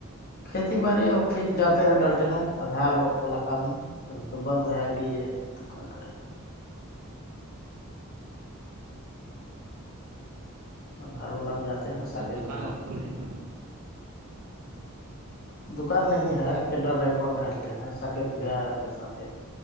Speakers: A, on the left; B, on the right.
A: کھیتی باڑی ا پھر جاتے ہیں ڈالٹے میں آدھار والا کام میں اگر تو بند ہے آئی ڈی ا تو کیا کرے آدھار والا بھی جاتے ہیں ساکیت
B: دکان
A: بگا
B: وکان
A: کرتے
B: کھولے ہیں کام
A: دکان نہیں ہے کینرا بینک میں رہتے ہیں سکیت بھیا کے ساتھ